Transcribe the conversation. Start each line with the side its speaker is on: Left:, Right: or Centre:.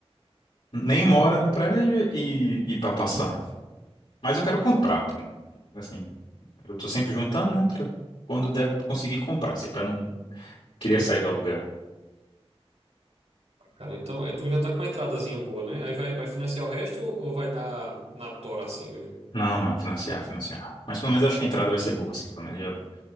Left: Nem mora no prédio e, e para passar. Mas eu quero comprar, pô. Assim, eu tô sempre juntando, né? Pra quando der conseguir comprar, assim, pra não. Queria sair do aluguel.
Right: cara. Então, é, tu já tá com uma entradazinha boa, né? Aí vai, vai financiar o resto ou ou vai dar na tora assim mesmo?
Left: Não, não, financiar, financiar. Mas pelo menos acho que a entrada vai ser boa, assim. Pelo menos eu,